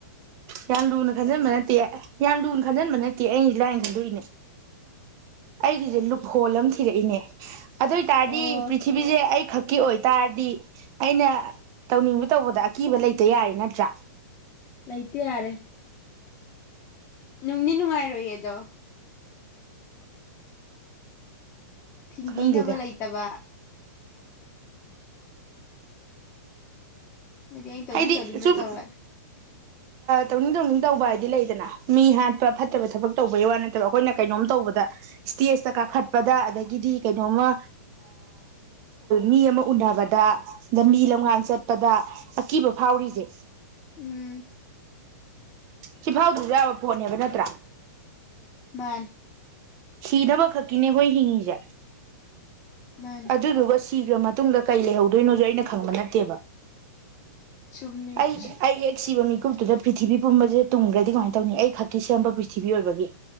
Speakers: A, on the right (about 30°); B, on the left (about 20°).
A: ꯌꯥꯝ ꯂꯨꯅꯥ ꯈꯟꯖꯟꯕꯥ ꯅꯠꯇ‌ꯦꯌ‌ꯦ ꯌꯥꯝ ꯂꯨꯅ ꯈꯟꯖꯤꯟꯕ ꯅꯠꯇꯦ ꯑꯩꯅ ꯂꯥꯏꯅ ꯈꯟꯗꯣꯛꯏꯅꯦ ꯑꯩꯒꯤꯁꯦ ꯂꯨꯞ ꯍꯣꯜ ꯑꯃ ꯊꯤꯔꯛꯏꯅꯦ ꯑꯗ‌ꯣꯏ ꯇꯔꯗꯤ
B: ꯑꯣ
A: ꯄ꯭ꯔꯤꯊꯤꯕꯤꯁꯦ ꯑꯩ ꯈ ꯈꯛꯀꯤ ꯑꯣꯏꯇꯥꯔꯗꯤ ꯑꯩꯅ ꯇꯧꯅꯤꯡꯕ ꯇꯧꯕꯗ ꯑꯀꯤꯕ ꯂꯩꯇ ꯌꯥꯔ‌ꯦ ꯅꯠꯇ꯭ꯔꯥ
B: ꯂꯩꯥꯏꯇ ꯌꯥꯔꯦ ꯅꯨꯡꯗꯤ ꯅꯨꯡꯉꯥꯏꯔꯣꯏꯌꯦꯗꯣ ꯊꯤꯡꯕꯤꯅꯕ
A: ꯈꯪꯗꯦꯗ
B: ꯂꯩꯇꯕ ꯑꯗꯨꯗꯤ ꯑꯩꯅ ꯇꯧꯅꯤꯡ
A: ꯍꯥꯏꯗꯤ
B: ꯇꯧꯅꯤꯡꯉꯗ
A: ꯁꯨꯝ
B: ꯇꯧꯔꯛꯑꯦ
A: ꯇꯧꯅꯤꯡ ꯇꯧꯅꯤꯡ ꯇꯧꯕ ꯍꯥꯏꯗꯤ ꯂꯩꯗꯅ ꯃꯤ ꯍꯥꯠꯄ ꯐꯠꯇꯕ ꯊꯕꯛ ꯇꯧꯕꯩ ꯋꯥ ꯅꯠꯇꯕ ꯑꯩꯈꯣꯏꯅ ꯀꯩꯅꯣꯝ ꯇꯧꯕꯗ ꯏꯁꯇꯦꯖꯇ ꯀꯥꯈꯠꯄꯗ ꯑꯗꯒꯤꯗꯤ ꯀꯩꯅꯣꯝꯃ ꯃꯤ ꯑꯃ ꯎꯅꯕꯗ ꯑ ꯃꯤ ꯂꯝꯉꯥꯟ ꯆꯠꯄꯗ ꯑꯀꯤꯕ ꯐꯥꯎꯔꯤꯁꯦ
B: ꯎꯝ
A: ꯁꯤꯐꯥꯎꯗꯨꯗ ꯌꯥꯕ ꯄꯣꯠꯅꯦꯕ ꯅꯠꯇ꯭ꯔꯥ
B: ꯃꯥ
A: ꯁꯤꯗꯕ ꯈꯛꯀꯤꯅꯦ ꯑꯩꯈꯣꯏ ꯍꯤꯡꯉꯤꯁꯦ
B: ꯃꯥꯅꯦ
A: ꯑꯗꯨꯗꯨꯁ ꯁꯤꯤꯈ꯭ꯔ ꯃꯇꯨꯡꯗ ꯀꯩ ꯂꯩꯍꯧꯗꯣꯏꯅꯣꯁꯨ ꯑꯩꯅ ꯈꯪꯕ ꯅꯠꯇꯦꯕ
B: ꯆꯨꯝꯃꯦ
A: ꯑꯩ
B: ꯑꯗꯨꯁꯨ
A: ꯑꯩ ꯌꯦꯛ ꯁꯤꯕ ꯃꯤꯀꯨꯞ ꯑꯗꯨꯗ ꯄ꯭ꯔꯤꯊꯤꯕꯤ ꯄꯨꯝꯕꯁꯦ ꯇꯨꯡꯈ꯭ꯔꯗꯤ ꯀꯃꯥꯏꯅ ꯇꯧꯅꯤ ꯑꯩ ꯈꯛꯀꯤ ꯁꯦꯝꯕ ꯄ꯭ꯔꯤꯊꯤꯕꯤ ꯑꯣꯏꯕꯒꯤ